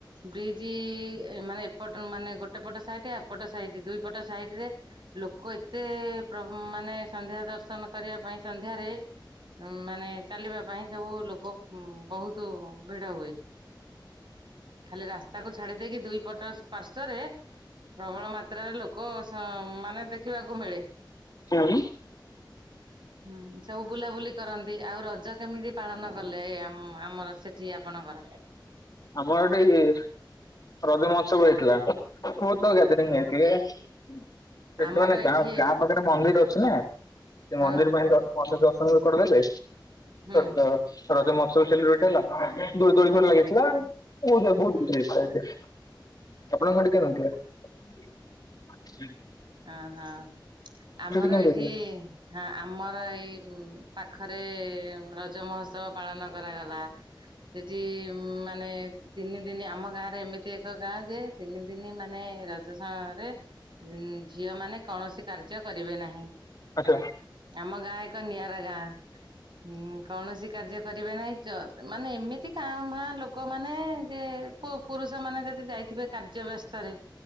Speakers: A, on the right; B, on the left.
A: ବ୍ରିଜ୍ ଏ ମାନେ ଟ ମାନେ ଗୋଟେ ପଟ ସାଇଟ୍ ଏପଟ ସାଇଟ୍ ଦୁଇ ପଟ ସାଇଟରେ ଲୋକ ଏତେ ପ୍ର ମାନେ ସନ୍ଧ୍ୟା ଦର୍ଶନ କରିବା ପାଇଁ ସନ୍ଧ୍ୟାରେ ମାନେ ଚାଲିବା ପାଇଁ ସବୁ ଲୋକ ବହୁତ ଭିଡ ହୁଏ। ଖାଲି ରାସ୍ତାକୁ ଛାଡି ଦେଇକି ଦୁଇ ପଟ ପାଶ୍ଵ <unintelligible> ପ୍ରବଳ ମାତ୍ରାରେ ଲୋକ ସ ମାନେ ଦେଖିବାକୁ ମିଳେ।
B: ହଁ।
A: ହୁଁ ସବୁ ବୁଲାବୁଲି କରନ୍ତି ଆଉ ରଜ କେମିତି ପାଳନ କଲେ ଏଇ ଆମର ସେଠି? ଆପଣଙ୍କର?
B: ଆମର ଏଇଠି ରଜ ମହୋତ୍ସବ ହେଇଥିଲା। ବୋହୁତ ଲୋକ ଗ୍ୟାଦରିଂ
A: ହଁ
B: ହେଇଥିଲେ ସେଠି
A: ଆମର
B: ମାନେ ଗାଁ
A: ଏଠି
B: ଗାଁ ପାଖରେ ମନ୍ଦିର
A: ହଁ
B: ଅଛି ନା। ସେ
A: ହଁ
B: ମନ୍ଦିର ପାଇଁ ତ ଅଧେ ଦର୍ଶନ ବି କରିଦେଲେ
A: ହୁଁ
B: ତ। ରଜ ମହୋତ୍ସବ ସେଲିବ୍ରେଟ ହେଲା ଦୋ ଦୋଳି ଫୋଲି ଲାଗିଥିଲା ବ ବୋହୁତ ବହୁତ
A: ହୁଁ
B: କିଛି ହେଇଥିଲା। ଆପଣ। <unintelligible>
A: ହ ହଁ ଆମର
B: କେମିତି
A: ଏଇଠି
B: ହେଇଥିଲା?
A: ହଁ ଆମର ଏଇ ପାଖରେ ରଜ ମହୋତ୍ସବ ପାଳନ କରାଗଲା ସେଠି ଉମ ମାନେ ତିନି ଦିନି ଆମ ଗାଁରେ ଏମିତି ଏକ ଗାଁ ଯେ ତିନି ଦିନି ମାନେ ରଜସରେ ଝିଅ ମାନେ କୌଣସି କାର୍ଯ୍ୟ କରିବେ ନାହିଁ।
B: ଆଚ୍ଛା
A: ଆମ ଗାଁ ଏକ ନିଆରା ଗାଁ। ହୁଁ କୌଣସି କାର୍ଯ୍ୟ କରିବେ ନାହିଁ ଚ ମାନେ ଏମିତି କା ଭା ଲୋକମାନେ ଯେ ପୁ ପୁରୁଷ ମାନେ ଯଦି ଯାଇଥିବେ କାର୍ଯ୍ୟ ବ୍ୟସ୍ତରେ।